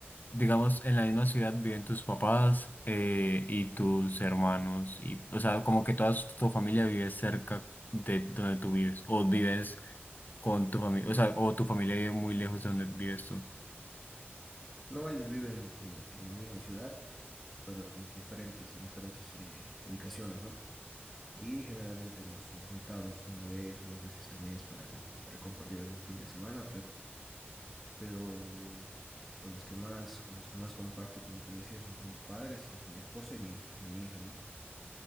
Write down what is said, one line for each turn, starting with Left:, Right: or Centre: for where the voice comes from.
Left: digamos, en la misma ciudad viven tus papás eh, y tus hermanos, y, o sea, como que toda su- tu familia vive cerca de donde tú vives, o vives con tu familia, o sea, o tu familia vive muy lejos de donde vives tú.
Centre: No, ellos viven eh, en la misma ciudad, pero en diferentes, en diferentes eh, ubicaciones, ¿no? Y generalmente nos, nos juntamos una vez o dos veces al mes para, para compartir algún fin de semana, pero, pero con las que más, con los que más comparto, como te decía, son con mis padres y mi esposa y mi, y mi hija, ¿no?